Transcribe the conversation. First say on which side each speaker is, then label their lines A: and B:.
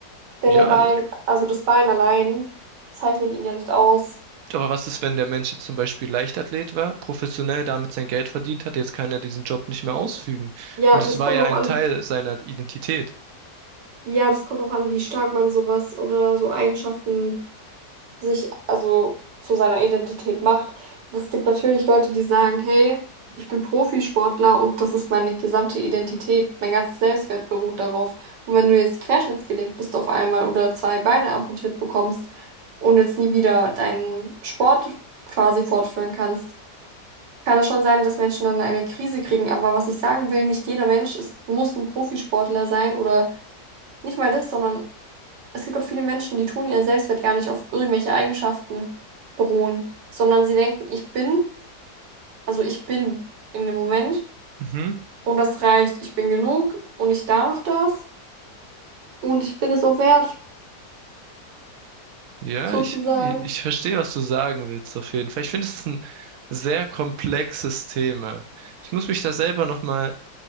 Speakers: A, on the right; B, on the right.
A: denn
B: Ja,
A: der Bein, also das Bein allein zeichnet ihn ja nicht aus.
B: aber was ist, wenn der Mensch jetzt zum Beispiel Leichtathlet war, professionell damit sein Geld verdient hat, jetzt kann er diesen Job nicht mehr ausfügen.
A: Ja,
B: Und es
A: das
B: war
A: kommt
B: ja
A: drauf
B: ein
A: an,
B: Teil seiner Identität.
A: ja, das kommt drauf an, wie stark man sowas oder so Eigenschaften sich, also zu seiner Identität macht. Es gibt natürlich Leute, die sagen, hey, ich bin Profisportler und das ist meine gesamte Identität, mein ganzes Selbstwert beruht darauf. Und wenn du jetzt querschnittsgelähmt bist auf einmal oder zwei Beine amputiert bekommst und jetzt nie wieder deinen Sport quasi fortführen kannst, kann es schon sein, dass Menschen dann eine Krise kriegen. Aber was ich sagen will, nicht jeder Mensch ist, muss ein Profisportler sein oder Nicht mal das, sondern es gibt auch viele Menschen, die tun ihren Selbstwert gar nicht auf irgendwelche Eigenschaften beruhen, sondern sie denken, ich bin, also ich bin in dem Moment
B: Mhm.
A: und das reicht. Ich bin genug und ich darf das und ich bin es auch wert,
B: Ja,
A: sozusagen.
B: ich, ich verstehe, was du sagen willst, auf jeden Fall. Ich finde, es ist ein sehr komplexes Thema. Ich muss mich da selber nochmal